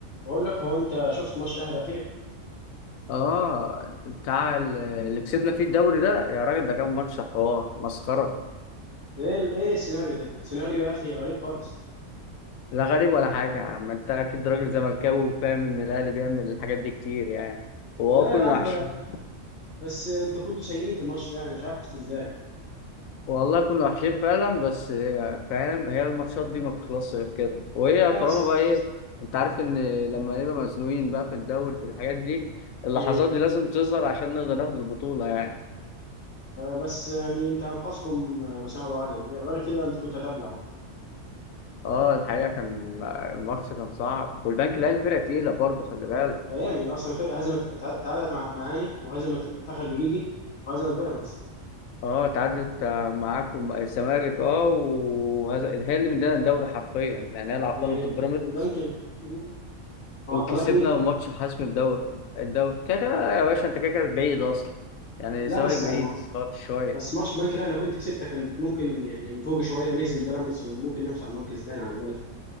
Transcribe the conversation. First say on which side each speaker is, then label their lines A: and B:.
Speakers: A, on the left; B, on the left.
A: بقول لك هو انت شفت ماتش الاهلي الاخير
B: اه بتاع ال- اللي كسبنا فيه الدوري ده يا راجل ده كان ماتش حوار مسخره
A: ده ايه ايه السيناريو ده سيناريو يا اخي غريب خالص
B: لا غريب ولا حاجه يا عم انت اكيد راجل زملكاوي وفاهم ان الاهلي بيعمل الحاجات دي كتير يعني وهو
A: لا
B: كنا
A: يا عم
B: وحشين
A: بس انت كنتوا سيئين في الماتش ده يعني مش عارف فزتوا ازاي
B: والله كنا وحشين فعلا بس هي- فاهم هي الماتشات دي ما بتخلصش غير كده وهي
A: اه
B: طالما
A: بس
B: بقى ايه انت عارف ان لما نبقى مزنوقين بقى في الدوري في الحاجات دي اللحظات
A: امم
B: دي لازم تظهر عشان نقدر ناخد البطوله يعني
A: بس يعني انت انقذكم وسام ابو علي ليه؟ غير كده انت كنت هتبلعوا
B: اه الحقيقه كان الماتش كان صعب والبنك الاهلي فرقه تقيله برضه خلي بالك
A: ايام اصلا الفرقه هزمت اتع- اتعادلت مع معاني وهزمت فخر دقيقي وهزمت بيراميدز
B: اه تعادلت معاكم الزمالك اه وهذا هي اللي مدانا الدوري حرفيا يعني هي اللي عطلت
A: يعني
B: بيراميدز
A: البنك مم، وعطلتني
B: وكسبنا ماتش حسم الدوري الدوري كده كده يا باشا انت كده كده بعيد اصلا يعني الزمالك
A: لا بس
B: بعيد
A: يا ما
B: فرط شويه
A: بس ماتش البنك الاهلي لو كنت كسبته كانت ممكن يعني نفوق شويه ونهزم بيراميدز وممكن نفس على المركز الثاني على الاقل